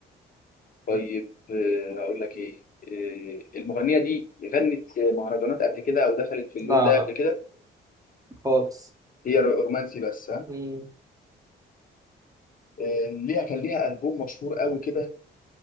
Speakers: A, on the left; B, on the right.
A: طيب آه، اقول لك ايه آه، المغنيه دي غنت مهرجانات قبل كده او دخلت في اللون
B: لا
A: ده
B: لا
A: قبل كده
B: خالص
A: هي رو- رومانسي بس ها
B: مم.
A: آه، ليها كان ليها البوم مشهور قوي كده